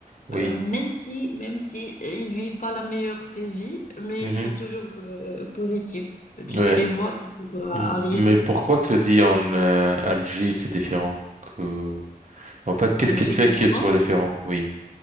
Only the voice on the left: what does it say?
Euh, même si, même si euh, ils vivent pas la meilleure des vies, mais
ils sont toujours euh, positifs. Tu,
tu les vois toujours euh, à
rire,
à
Moran.